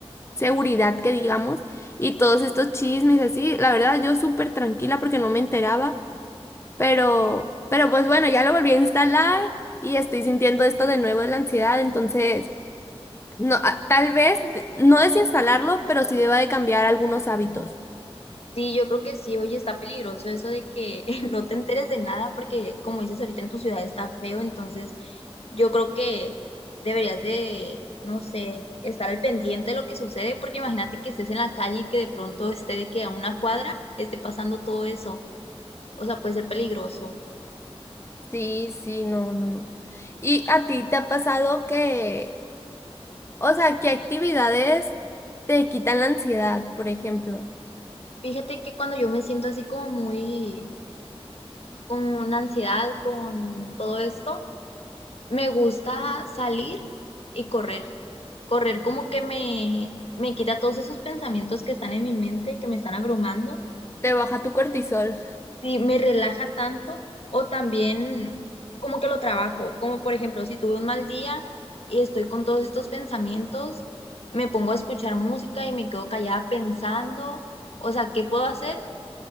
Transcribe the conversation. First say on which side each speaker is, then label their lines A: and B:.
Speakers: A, on the left (about 25°); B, on the left (about 70°).
A: seguridad que digamos. Y todos estos chismes así, la verdad, yo súper tranquila porque no me enteraba. Pero, pero pues bueno, ya lo volví a instalar y estoy sintiendo esto de nuevo de la ansiedad. Entonces... No, a- tal vez d- no desinstalarlo, pero sí deba de cambiar algunos hábitos.
B: Sí, yo creo que sí, oye, está peligroso eso de que <laughs> no te enteres de nada porque, como dices ahorita, en tu ciudad está feo, entonces yo creo que deberías de, no sé, estar al pendiente de lo que sucede porque imagínate que estés en la calle y que de pronto esté de que a una cuadra esté pasando todo eso. O sea, puede ser peligroso.
A: Sí, sí, no, no, no. ¿Y a ti te ha pasado que, o sea, qué actividades te quitan la ansiedad, por ejemplo?
B: Fíjate que cuando yo me siento así como muy con ansiedad, con todo esto, Me gusta salir y correr. Correr como que me, me quita todos esos pensamientos que están en mi mente, que me están abrumando.
A: ¿Te baja tu cortisol?
B: Y me relaja tanto. O también como que lo trabajo. Como por ejemplo, si tuve un mal día y estoy con todos estos pensamientos, me pongo a escuchar música y me quedo callada pensando. O sea, ¿qué puedo hacer?